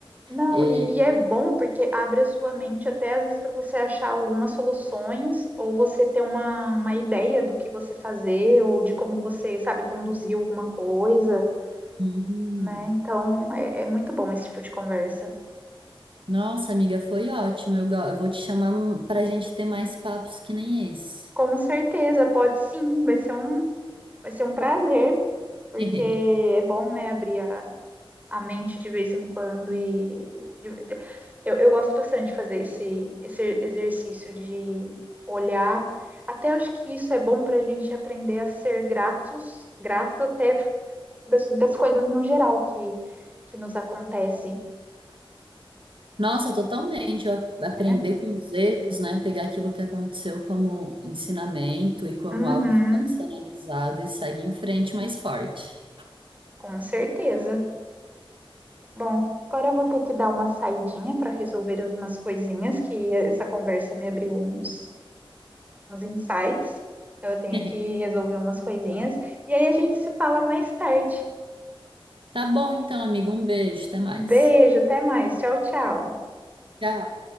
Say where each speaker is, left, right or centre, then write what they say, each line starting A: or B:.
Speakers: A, on the right; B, on the right.
A: Não,
B: E...
A: e, e é bom porque abre a sua mente até às vezes para você achar algumas soluções ou você ter uma, uma ideia do que você fazer ou de como você, sabe, conduzir alguma coisa,
B: Uhum.
A: né? Então é, é muito bom esse tipo de conversa.
B: Nossa, amiga, foi ótimo. Eu, go- eu vou te chamar para a gente ter mais papos que nem esse.
A: Com certeza, pode sim, vai ser um, vai ser um prazer, porque
B: <laughs>
A: é bom, né, abrir a a mente de vez em quando e de- de- eu, eu gosto bastante de fazer esse, esse exercício de olhar. Até acho que isso é bom para a gente aprender a ser gratos, grato até das, das coisas no geral que, que nos acontece,
B: Nossa, totalmente. Eu aprender
A: né?
B: com os erros, né? Pegar aquilo que aconteceu como ensinamento e como
A: Uhum,
B: algo que pode ser analisado e segue em frente mais forte.
A: com certeza. Bom, agora eu vou ter que dar uma saidinha para resolver umas coisinhas que essa conversa me abriu uns uns insights. Então, eu tenho
B: <laughs>
A: que resolver umas coisinhas. E aí a gente se fala mais tarde.
B: Tá bom, então, amigo. Um beijo. Até mais.
A: Beijo, até mais. Tchau, tchau.
B: Tchau.